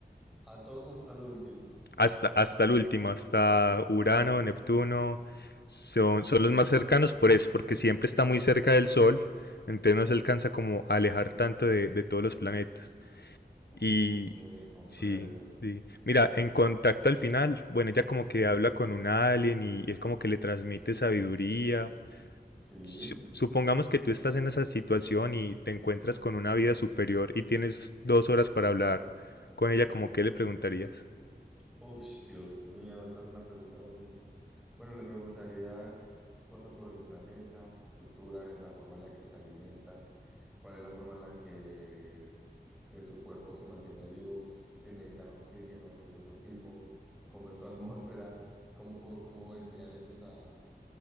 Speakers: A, in the centre; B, on the left (about 70°).
A: A todos hasta el último.
B: Hasta, hasta el último, hasta Urano, Neptuno, son, son los más cercanos por eso, porque siempre está muy cerca del Sol, entonces no se alcanza como a alejar tanto de, de todos los planetas.
A: Ok,
B: Y
A: comprendo.
B: sí, sí. Mira, en contacto al final, bueno, ella como que habla con un alien y él como que le transmite sabiduría.
A: Sí.
B: Su- Supongamos que tú estás en esa situación y te encuentras con una vida superior y tienes dos horas para hablar con ella, como que le preguntarías?
A: Uy, Dios mío, esa es una pregunta buenísima. Bueno, le preguntaría cosas sobre su planeta, su cultura, la forma en la que se alimentan, cuál es la forma en la que eh, su cuerpo se mantiene vivo, si necesitan oxígeno, si es otro tipo, cómo es su <laughs> atmósfera, cómo, po- cómo vendrían ellos a,